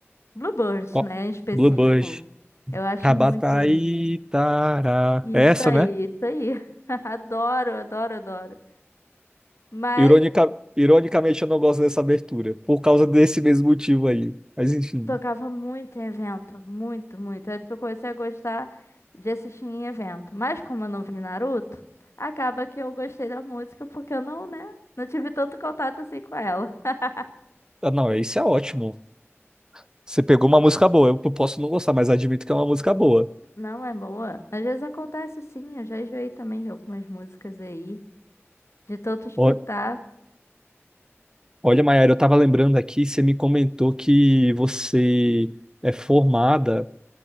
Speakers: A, on the left; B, on the right.
A: Bluebirds,
B: Ó,
A: né, em específico.
B: Bluebird.
A: Eu acho
B: Rabataitara.
A: muito linda. Isso
B: É essa,
A: aí,
B: né?
A: isso aí. <laughs> Adoro, adoro, adoro. Mas
B: Ironica- ironicamente, eu não gosto dessa abertura, por causa desse mesmo motivo aí. Mas enfim.
A: Tocava muito em evento, muito, muito. Antes que eu comecei a gostar de assistir em evento. Mas como eu não vi Naruto, acaba que eu gostei da música porque eu não, né, não tive tanto contato assim com ela. <laughs>
B: Ah, não, isso é ótimo. Você pegou uma música boa. Eu posso não gostar, mas admito que é uma música boa.
A: Não é boa? Às vezes acontece sim, eu já enjoei também de algumas músicas aí, de tanto escutar.
B: Ó- Olha, Mayara, eu tava lembrando aqui, você me comentou que você é formada.